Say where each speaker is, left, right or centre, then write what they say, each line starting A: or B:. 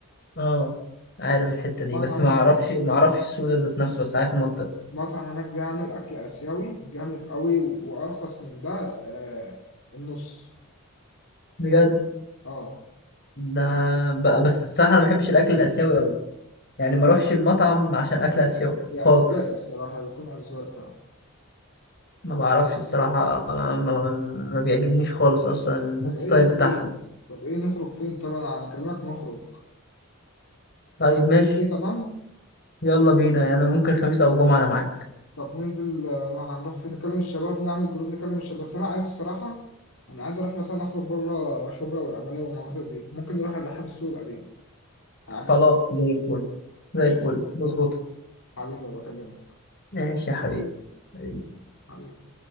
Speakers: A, on the left; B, on the left.
A: اه عارف الحته دي
B: مطعم
A: بس ما
B: هناك
A: اعرفش ما اعرفش السوق ده ذات نفسه بس عارف المنطقه
B: مطعم هناك بيعمل أكل آسيوي جامد قوي و- وأرخص من ده آه، النص
A: بجد
B: اه
A: ده انا ب- بس الصراحه انا ما بحبش الاكل الاسيوي قوي يعني ما اروحش المطعم عشان اكل اسيوي
B: هي
A: خالص
B: أذواق الصراحة بتكون أذواق فعلا
A: ما بعرفش الصراحه ما, ما, ما بيعجبنيش خالص اصلا
B: طب
A: الستايل
B: إيه طيب
A: بتاعهم
B: طب إيه نخرج فين طب أنا بكلمك نخرج
A: طيب
B: خلاص،
A: ماشي
B: إيه تمام
A: يلا بينا يعني انا ممكن خميس او جمعه انا معاك
B: طب ننزل آه، نروح هنروح فين نكلم الشباب نعمل جروب نكلم الشباب بس انا عايز الصراحه انا عايز اروح مثلا اخرج بره شبرا والقمريه والمناطق دي ممكن نروح الرحاب السوق القديم هيعجبك
A: خلاص زي الفل زي
B: ماشي
A: الفل مظبوط
B: حبيبي بكلمك
A: ماشي يا حبيبي حبيبي.
B: حبيبي